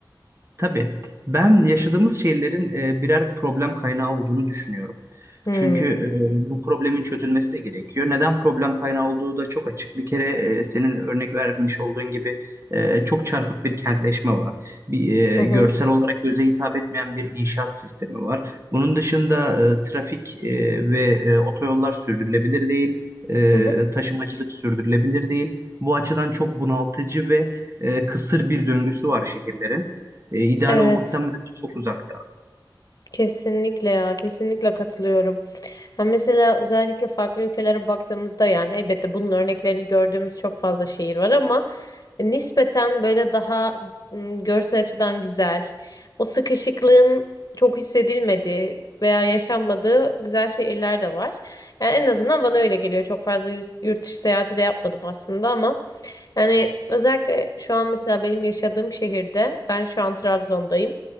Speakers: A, on the right; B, on the left.
A: Tabii. Ben yaşadığımız şehirlerin e, birer problem kaynağı olduğunu düşünüyorum.
B: Hmm.
A: Çünkü e, bu problemin çözülmesi de gerekiyor. Neden problem kaynağı olduğu da çok açık. Bir kere e, senin örnek vermiş olduğun gibi e, çok çarpık bir kentleşme var. Bir e,
B: Hı hı.
A: görsel olarak göze hitap etmeyen bir inşaat sistemi var. Bunun dışında e, trafik e, ve e, otoyollar sürdürülebilir değil. E,
B: Hı hı.
A: taşımacılık sürdürülebilir değil. Bu açıdan çok bunaltıcı ve e, kısır bir döngüsü var şehirlerin. E, ideal
B: Evet.
A: olmaktan bence çok uzakta.
B: Kesinlikle ya. Kesinlikle katılıyorum. Ha mesela özellikle farklı ülkelere baktığımızda yani elbette bunun örneklerini gördüğümüz çok fazla şehir var ama nispeten böyle daha m, görsel açıdan güzel, o sıkışıklığın çok hissedilmediği veya yaşanmadığı güzel şehirler de var. Yani en azından bana öyle geliyor. Çok fazla yüz- yurt dışı seyahati de yapmadım aslında ama yani özellikle şu an mesela benim yaşadığım şehirde ben şu an Trabzon'dayım